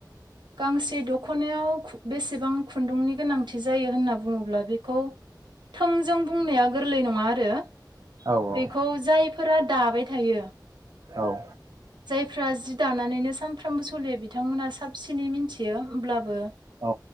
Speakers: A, on the right; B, on the right.
A: गांसे दख'नायाव खु बेसेबां खुन्दुंनि गोनांथि जायो होनना बुङोब्ला बेखौ थोंजों बुंनाया गोरलै नङा आरो
B: हागोन नामा? औ
A: बेखौ जायफोराद दाबाय थायो
B: औ
A: जारफ्रा जि जि दानानैनो सानफ्रामबो सलियो बिथांमोनहा साबसिनै मिनथियो उमब्लाबो
B: औ